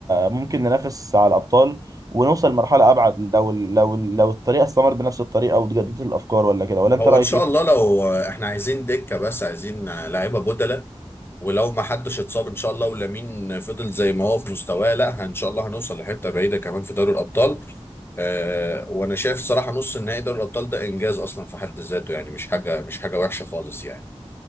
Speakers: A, on the right; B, on the left.
A: ممكن ننافس على الابطال ونوصل لمرحله ابعد لو لو لو الطريقه استمرت بنفس الطريقه وتجددت الافكار ولا كده ولا انت
B: هو
A: رايك
B: ان شاء
A: ايه
B: الله لو آه، احنا عايزين دكه بس عايزين آه، لعيبه بدلاء ولو ما حدش اتصاب ان شاء الله ولامين فضل زي ما هو في مستواه لا ان شاء الله هنوصل لحته بعيده كمان في دوري الابطال آه وانا شايف صراحه نص النهائي دوري الابطال ده انجاز اصلا في حد ذاته يعني مش حاجه مش حاجه وحشه خالص يعني